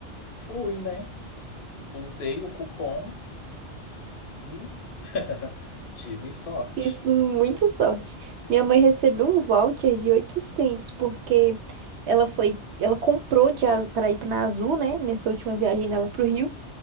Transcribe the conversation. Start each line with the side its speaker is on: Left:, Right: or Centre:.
Left: Fui, né? Usei o cupom e <laughs> tive sorte.
Right: Isso, muita sorte. Minha mãe recebeu um voucher de 800 porque ela foi, ela comprou de para ir na Azul, né, nessa última viagem dela pro Rio,